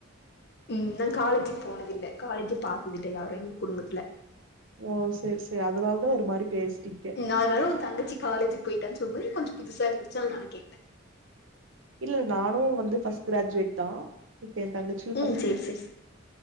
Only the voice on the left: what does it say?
ம் நான் காலேஜிக்கு போனதில்ல காலேஜே பாத்ததில்ல யாரும் எங்க குடும்பத்துல
ம் அதனால உன் தங்கச்சி காலேஜுக் போயிட்டா சொல்லும்போது கொஞ்ச புதுசா இருந்துச்சா அதுனால கேட்டே
ம் சேர் சேர் சேர்